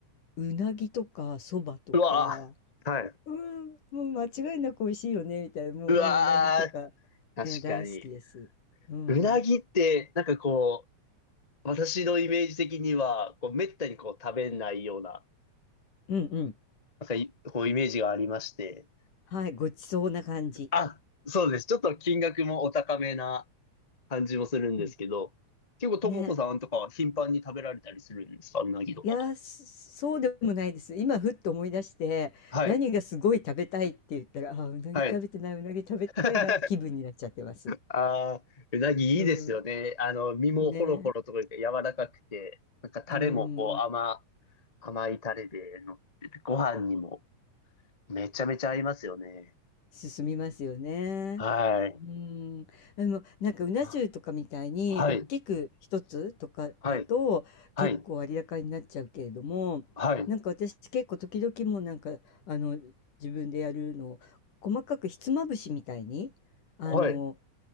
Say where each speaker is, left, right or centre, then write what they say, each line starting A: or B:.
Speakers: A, on the left; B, on the left.
A: ー、うなぎとか、そばとか、
B: うわーはい。
A: うん、もう間違いなく美味しいよね、みたいな、もう、
B: うわ
A: もううなぎとか、
B: ー確かに。
A: ね、大好きです。うん。
B: うなぎって、なんかこう、私のイメージ的には、こう、めったにこう、食べないような、
A: うんうん。
B: なんかいこう、イメージがありまして。
A: はい、ごちそうな感じ。
B: あ、そうです。ちょっと金額もお高めな感じもするんですけど、
A: うん。
B: 結構ともこさんとかは頻繁に食べられたりするんですかうなぎとかは。
A: ね。いや、ー、そうでもないです。今、ふっと思い出して、
B: はい。
A: 何がすごい食べたいって言ったら、ああ、うなぎ食べてない、
B: はい。
A: うなぎ食べたいなって気分になっちゃってます。
B: <laughs> ああ、うなぎいいですよね。
A: うん。
B: あの、身もホロホロとか言って柔らかくて、
A: ね。
B: なんかタレもこう甘、
A: うん。
B: 甘いタレで乗ってて、ご飯にもめちゃめちゃ合いますよね。
A: 進みますよね。
B: はい。
A: うん。でも、なんか、うな重とかみたいに、
B: あはい。
A: 大きく一つとかだと、
B: はい。はい。
A: 結構割高になっちゃうけれども、
B: はい。
A: なんか私、結構時々もうなんか、あの、自分でやるのを、細かくひつまぶしみたいに、あの、
B: はい。